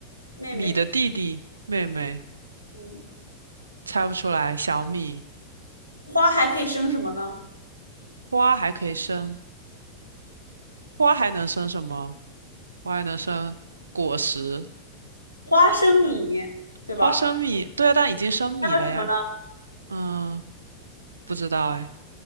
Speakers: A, on the left (about 85°); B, on the right (about 70°).
A: 妹妹。
B: 米的弟弟，妹妹，
A: 嗯，
B: 猜不出来，小米，
A: 花还可以生什么呢？
B: 花还可以生，花还能生什么？花还能生果实，
A: 花生米，对吧？
B: 花生米，对啊，但已经生米了呀，
A: 还有什么呢？
B: 嗯，不知道哎，